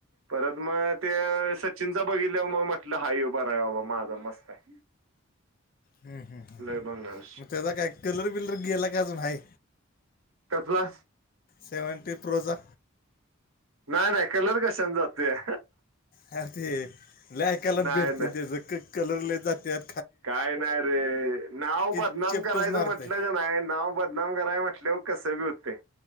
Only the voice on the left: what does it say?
हं हं
मग त्याचा काय कलर बिलर गेलाय का अजून हाय?
सेव्हणटी प्रोचा
अ ते लय ऐकाला
भेटतं
त्याज क कलर लय जातात.
की
चेपटच
मारतंय